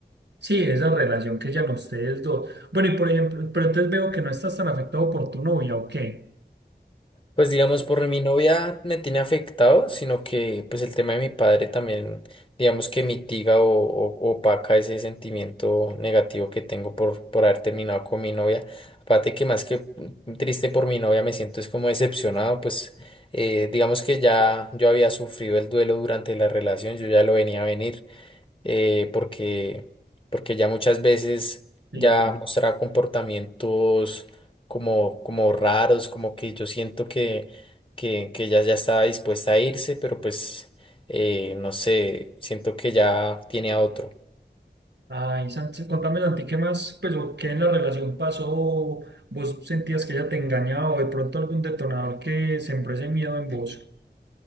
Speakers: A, on the right; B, on the left.
A: sí, esa relación que ya no ustedes dos. Bueno, y por ejemplo, pero entonces veo que no estás tan afectado por tu novia, ¿o qué?
B: Pues digamos, por mi novia me tiene afectado, sino que pues el tema de mi padre también, digamos que mitiga o, o- opaca ese sentimiento negativo que tengo por, por haber terminado con mi novia. Aparte que más que triste por mi novia me siento es como decepcionado, pues eh, digamos que ya yo había sufrido el duelo durante la relación, yo ya lo venía a venir eh, porque, porque ya muchas veces
A: Sí.
B: ya
A: sí.
B: mostraba comportamientos como, como raros, como que yo siento que, que, que ella ya estaba dispuesta a irse, pero pues eh, no sé, siento que ya tiene a otro.
A: Ay, Sánchez, contame, Santi, ¿qué más, pues, o qué en la relación pasó? ¿Vos sentías que ella te engañaba o de pronto algún detonador que sembró ese miedo en vos?